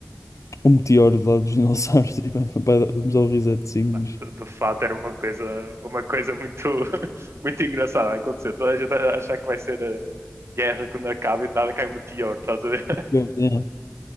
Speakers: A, on the left (about 75°); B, on the right (about 55°).
A: um meteoro do lado dos dinossauros. <laughs> E vai- vai dar- vamos dar o resetzinho,
B: Mano,
A: mas...
B: de, de fato era uma coisa, uma coisa muito, <laughs> muito engraçada a acontecer. Toda a gente a achar que vai ser a guerra quando acaba e de nada cai um meteoro, estás a ver? <laughs>
A: Eu- yeah.